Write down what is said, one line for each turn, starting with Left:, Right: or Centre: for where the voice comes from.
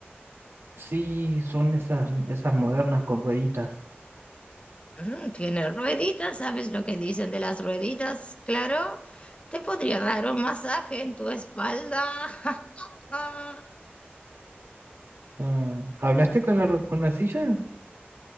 Right: sí, son esas, esas modernas con rueditas.
Left: Mm, tiene rueditas, ¿sabes lo que dicen de las rueditas? Claro, te podría dar un masaje en tu espalda. <laughs>
Right: Ah, ¿hablaste con la, ru- con la silla?